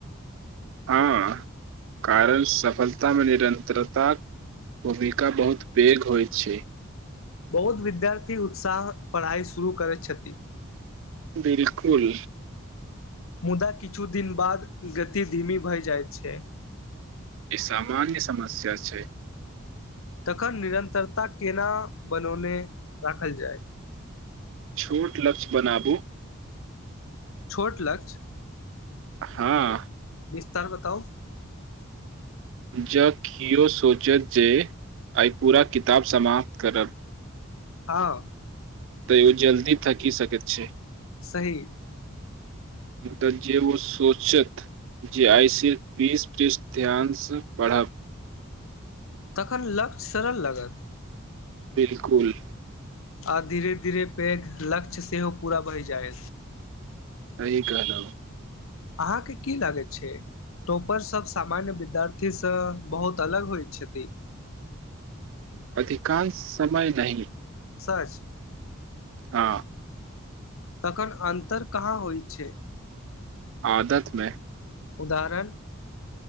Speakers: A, on the right; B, on the left.
A: हँ कारण सफलतामे निरन्तरताक भूमिका बहुत पैघ होइत छै
B: बहुत विद्यार्थी उत्साह पढ़ाइ शुरू करैत छथि
A: बिलकुल
B: मुदा किछु दिन बाद गति धीमी भए जाइत छै
A: ई सामान्य समस्या छै
B: तखन निरन्तरता केना बनौने राखल जाय
A: छोट लक्ष्य बनाबू
B: छोट लक्ष्य
A: हँ
B: विस्तार बताउ
A: ज कियो सोचत जे आइ पूरा किताब समाप्त करब
B: हँ
A: त ओ जल्दी थकि सक छै
B: सही
A: मुदा जेे ओ सोचत जे आइस बीस पृष्ठ ध्यान सँ पढ़ब
B: तखन लक्ष्य सरल लागत
A: बिलकुल
B: आ धीरे धीरे पैघ लक्ष्य सेहो पूरा भहि जाय
A: सही कहलो
B: अहाँके की लागैत छै टोपर सभ सामान्य विद्यार्थीसँ बहुत अलग होइत छथि
A: अधिकांश समय नहि
B: सच
A: हँ
B: तखन अन्तर कहाँ होइ छै
A: आदतमे
B: उदाहरण